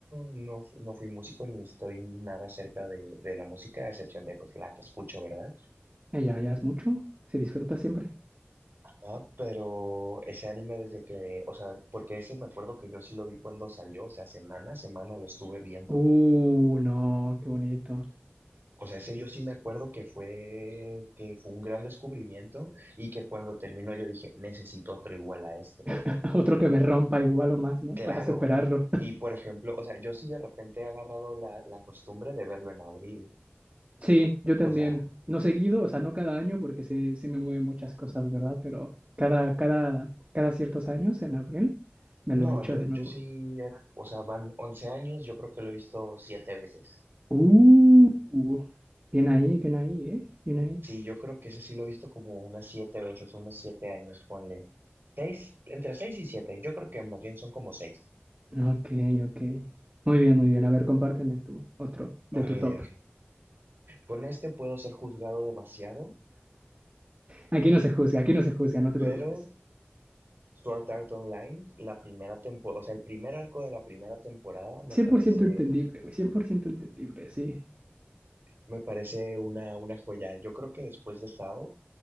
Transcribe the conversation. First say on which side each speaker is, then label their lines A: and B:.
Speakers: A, on the right; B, on the right.
A: no, fu- no fui músico ni estoy nada cerca de, de la música, a excepción de pues la que escucho, ¿verdad?
B: ella ya es mucho, se disfruta siempre.
A: Ah, pero ese anime desde que, o sea, porque ese me acuerdo que yo sí lo vi cuando salió, o sea, semana a semana lo estuve viendo.
B: Uh, no, qué bonito.
A: O sea, ese yo sí me acuerdo que fue, que fue un gran descubrimiento y que cuando terminó yo dije, necesito otro igual a este.
B: <laughs> Otro que me rompa igual o más, ¿no?
A: Claro.
B: Para superarlo.
A: Y por ejemplo, o sea, yo sí de repente he agarrado la, la costumbre de verlo en abril.
B: Sí, yo también.
A: O sea,
B: No seguido, o sea, no cada año porque se, se me mueven muchas cosas, ¿verdad? Pero cada, cada, cada ciertos años, en abril, me
A: no,
B: lo echo
A: yo,
B: de nuevo.
A: yo sí, era- o sea, van 11 años, yo creo que lo he visto siete veces.
B: Uh, bien ahí, bien ahí, ¿eh? Bien ahí.
A: Sí, yo creo que ese sí lo he visto como unas siete veces, unos siete años, ponle. Seis, entre seis y siete, yo creo que más bien son como seis.
B: Ok, ok. Muy bien, muy bien. A ver, compárteme tú otro de
A: A
B: tu
A: ver,
B: top.
A: con este puedo ser juzgado demasiado.
B: Aquí no se juzga, aquí no se juzga, no te
A: Pero
B: preocupes.
A: Sword Art Online, la primera temporada, o sea, el primer arco de la primera temporada me
B: 100%
A: parece,
B: entendible, güey, Cien por ciento entendible, sí.
A: me parece una, una joya. Yo creo que después de Sao,